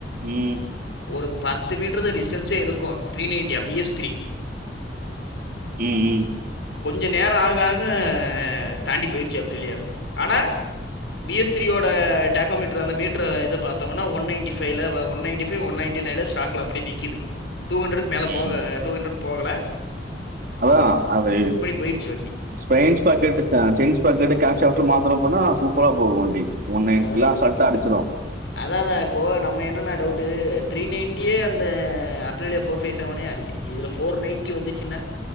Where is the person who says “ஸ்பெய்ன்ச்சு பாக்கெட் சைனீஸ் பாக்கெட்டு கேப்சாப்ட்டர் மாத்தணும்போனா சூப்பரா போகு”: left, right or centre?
Right